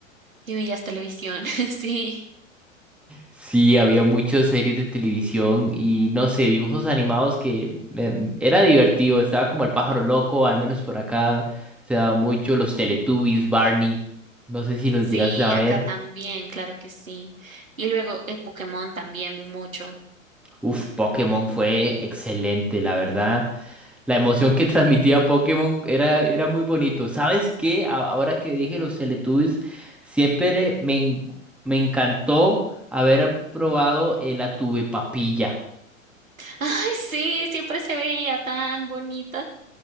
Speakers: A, on the right (about 80°); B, in the centre.
A: y veías televisión, <laughs> sí.
B: Sí, había muchas series de televisión y no sé, dibujos animados que em, era divertido. Estaba como el pájaro loco, al menos por acá se daban mucho los Teletubbies, Barney. No sé si los
A: Sí,
B: llegaste a ver.
A: acá también, claro que sí. Y luego eh, Pokémon también vi mucho.
B: Uf, Pokémon fue excelente, la verdad. La emoción que <laughs> transmitía Pokémon era, era muy bonito. ¿Sabes qué? A- Ahora que dije los Teletubbies, siempre me, en- me encantó haber probado eh, la tuve papilla.
A: Ay, sí, siempre se veía tan bonita.